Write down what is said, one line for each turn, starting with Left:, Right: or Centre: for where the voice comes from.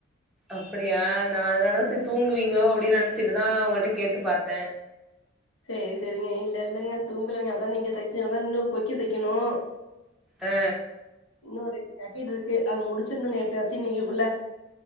Centre: அப்பிடியா நா அதுனாலதா சேர் தூங்குவீங்ளோ அப்டி நெனச்சிட்டுதா உங்கட்ட கேட்டு பாத்தே
Left: சேரி சேரிங்க இல்ல இல்லங்க தூங்குலங்க அதான் இங்க தைச்சாதா இன்னு கொக்கி தைக்கணு
Centre: ஆ
Left: இன்னொரு ஜாக்கெட் இருக்கு அது முடிச்சிர்னுங்க எப்டியாச்சு இன்னைக்கி குள்ள